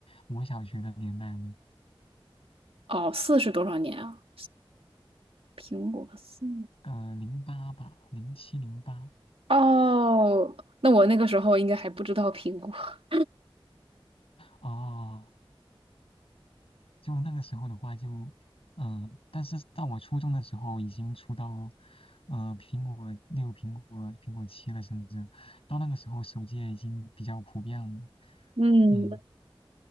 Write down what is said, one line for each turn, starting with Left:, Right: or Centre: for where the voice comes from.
Left: 我小学的年代了，
Right: 哦，四是多少年啊？苹果四。
Left: 呃，零八吧，零七零八。
Right: 哦，那我那个时候应该还不知道苹果。<laughs>
Left: <laughs> 哦，就那个时候的话就，嗯，但是到我初中的时候已经出到，呃，苹果六、苹果苹果七了，甚至到那个时候手机也已经比较普遍了。
Right: 嗯，
Left: 嗯，